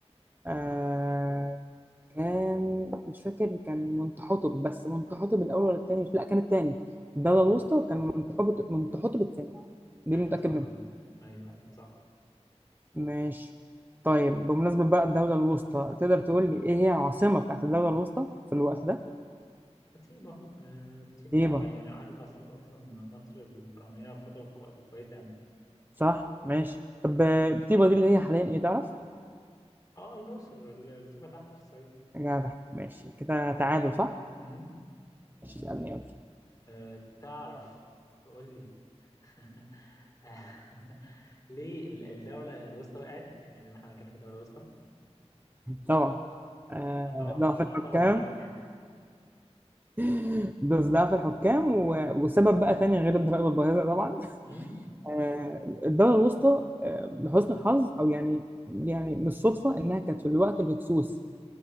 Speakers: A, on the right; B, on the left.
A: آه كان مش فاكر كان منتحوتب بس منتحوتب الأول ولا التاني مش لا كان التاني الدولة الوسطى كان منتحوتب منتحوتب التاني دي
B: أيوه
A: اللي متأكد
B: صح
A: منها
B: عامة أيوه أيوه صح
A: ماشي طيب بمناسبة بقى الدولة الوسطى تقدر تقول لي إيه هي العاصمة بتاعت الدولة الوسطى في الوقت ده؟
B: طيبة آه، طيبة
A: إيه بقى؟
B: يعني قعدت عاصمة أصلا مصر الفرعونية فترة كو- كويسة يعني
A: صح ماشي طب آه، بتبقى دي اللي هي حاليا ايه تعرف
B: أه الأقصر ال- طيبة تحت في الصعيد
A: جدع ماشي كده تعادل صح
B: مهم.
A: ماشي اسألني يلا
B: آه، تعرف تقول لي <laughs> آه، ليه ال- الدولة الوسطى وقعت؟ يعني لما احنا بنتكلم في الدولة الوسطى
A: طبعا آه
B: آه، طبعا طبعا
A: ضعف الحكام
B: طبعا طبعا يعني
A: <laughs> دوس ضعف الحكام و... وسبب بقى تاني غير الضرائب الباهظة طبعا
B: مم؟
A: آه الدولة الوسطى آه لحسن الحظ او يعني يعني مش صدفة انها كانت في الوقت الهكسوس